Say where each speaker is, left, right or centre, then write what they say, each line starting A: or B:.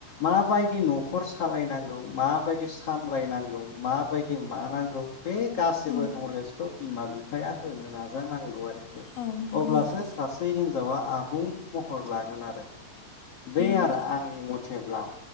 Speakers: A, on the left; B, on the left.
A: माबायदि न'खर सालायनांगौ माबायदि सामलायनांगौ माबाय दि मा नांगौ बे गासिबो
B: औ
A: नलेजखौ बिमा बि बिफाया होनो नाजानांगौ आरो। थेक।
B: औ नंगौ
A: अब्लासो
B: नोंथां
A: सासे हिन जावा आबुं महर लागोन आरो। बे
B: औ
A: आरो आंनि मथेब्ला।